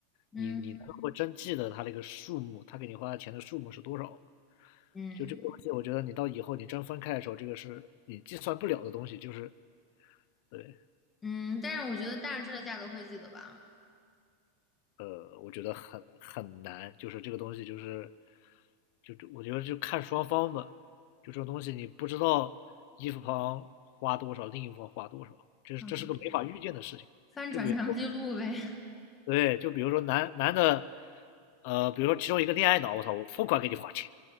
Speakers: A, on the left; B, on the left.
A: 嗯
B: 你你能够真记得他这个数目，他给你花的钱的数目是多少吗？
A: 嗯
B: 就这个东西，我觉得你到以后你真分开的时候，这个是你计算不了的东西，就是对。
A: 嗯，但是我觉得大致的价格会记得吧。
B: 呃，我觉得很很难，就是这个东西就是，就我觉得就看双方吧，就这种东西你不知道一方花多少，另一方花多少，这这是个没法预见的事情。
A: 啊，翻转账记录呗。
B: 就比如对，就比如说男男的，呃，比如说其中一个恋爱脑，我操，我疯狂给你花钱，